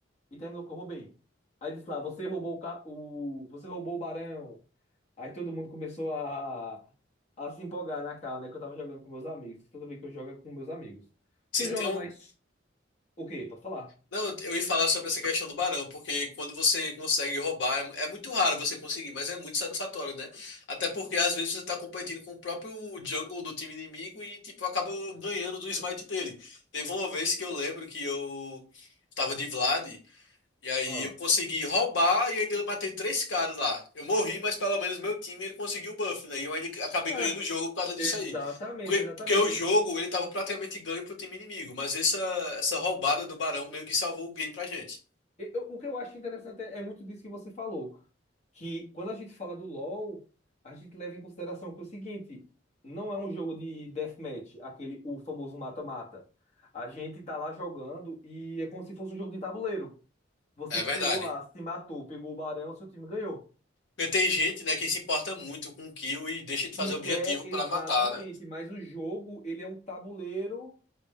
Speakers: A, on the left (about 35°); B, on the left (about 70°).
A: e terminou que eu roubei. Aí disse lá, você roubou o, ca- o- você roubou o barão. Aí todo mundo começou a a se empolgar na cara, né? Que eu tava jogando com meus amigos. Tudo bem que eu jogo é com meus amigos.
B: Se
A: Tu
B: tem
A: joga
B: um...
A: mais o quê? Pode falar.
B: Não, eu ia falar sobre essa questão do barão, porque quando você consegue roubar, é mu- é muito raro você conseguir, mas é muito satisfatório, né? Até porque às vezes você tá competindo com o próprio jungle do time inimigo e, tipo, acaba ganhando do smite dele. Teve uma vez que eu lembro que eu tava de Vlad. E aí
A: Ah.
B: eu consegui roubar e ainda eu matei três caras lá. Eu morri, mas pelo menos meu time ele conseguiu o buff, né? E eu ainda acabei
A: Ah,
B: ganhando o jogo por causa disso
A: exatamente,
B: aí. Porque,
A: exatamente.
B: porque o jogo ele tava praticamente ganho pro time inimigo, mas essa, essa roubada do Barão meio que salvou o game pra gente.
A: E- eu- o que eu acho interessante é, é muito disso que você falou, que quando a gente fala do LoL, a gente leva em consideração que é o seguinte, não é um jogo de deathmatch, aquele o famoso mata-mata. A gente tá lá jogando e é como se fosse um jogo de tabuleiro. Você
B: É
A: pegou
B: verdade.
A: lá, se matou, pegou o barão, seu time ganhou.
B: Porque tem gente, né, que se importa muito com kill e deixa de
A: Que
B: fazer objetivo
A: quer
B: pra
A: exatamente,
B: matar, né?
A: mas o jogo, ele é um tabuleiro